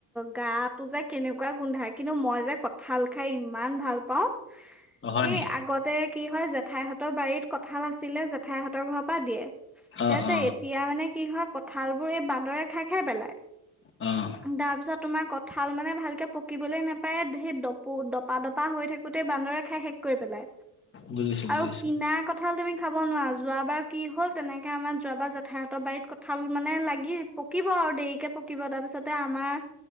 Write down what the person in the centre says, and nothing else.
গাটো যে কেনেকুৱা গোন্ধাই, কিন্তু মই যে কত ঠাল খাই ইমান ভাল পাওঁ।
এই আগতে কি হয়, জেঠাইহঁতৰ বাৰীত কঁঠাল আছিলে, জেঠাইহঁতৰ ঘৰৰ পৰা দিয়ে।
তাৰপিছত
এতিয়া মানে কি হয় কঁঠাল বোৰ এই বান্দৰে খাই খাই পেলাই।
তাৰ পিছত তোমাৰ কঠাল মানে ভালকে পকিবলে নাপায় সেই ডপো ডপা দপা হৈ থাক গোটেই বান্দৰে খাই শেষ কৰি পেলাই,
আৰু
কিনা ক কঁঠাল তুমি খাব নোৱাৰা, যোৱাবাৰ কি হ'ল তেনেকে আমাৰ যোৱাবাৰ যেঠায়তৰ বাৰত কঁঠাল মানে লাগিল পকিব আৰু দেৰিকে পকিব তাৰ পিছত তে আমাৰ